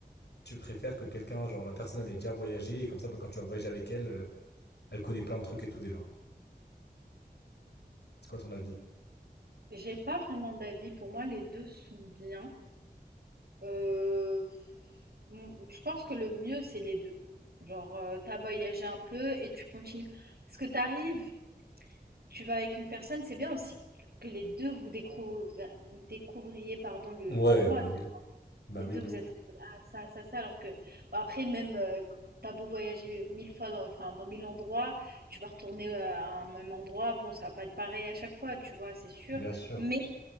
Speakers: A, on the left (about 85°); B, on the right (about 65°).
A: tu préfères que quelqu'un, genre, la personne, elle ait déjà voyagé, et comme ça, bah, quand tu vas voyager avec elle, euh, elle connaît plein de trucs et tout déjà. C'est quoi ton avis?
B: J'ai pas vraiment d'avis. Pour moi, les deux sont bien. Euh, m- je pense que le mieux, c'est les deux. Genre, euh, t'as voyagé un peu et tu continues. Parce que t'arrives, tu vas avec une personne, c'est bien aussi que les deux vous, découv- vous découvriez pardon, le-
A: Ouais,
B: l'endroit.
A: bah oui, bah
B: Les
A: oui,
B: deux,
A: de
B: vous
A: ouf,
B: êtes en mode, ah, ça, ça, ça. Alors que, bon, après, même, euh, t'as beau voyager mille fois, dans, enfin, dans mille endroits, tu vas retourner euh, à un même endroit. Bon, ça va pas être pareil à chaque fois, tu vois, c'est sûr.
A: bien sûr.
B: Mais